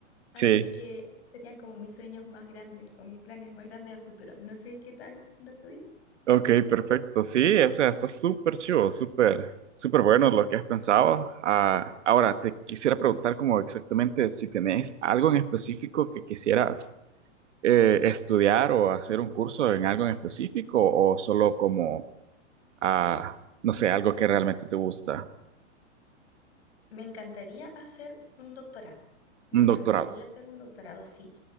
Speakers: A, on the left (about 55°); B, on the right (about 70°).
A: Así
B: sí,
A: que serían como mis sueños más grandes o mis planes más grandes a futuro. No sé qué tal los tuyos.
B: ok, perfecto. Sí, o sea, está súper chivo, súper, súper bueno lo que has pensado. Ah, ahora, te quisiera preguntar como exactamente si tenés algo en específico que quisieras eh, estudiar o hacer un curso en algo en específico o solo como, ah, no sé, algo que realmente te gusta,
A: Me encantaría hacer un doctorado. Me
B: un
A: encantaría
B: doctorado.
A: hacer un doctorado, sí.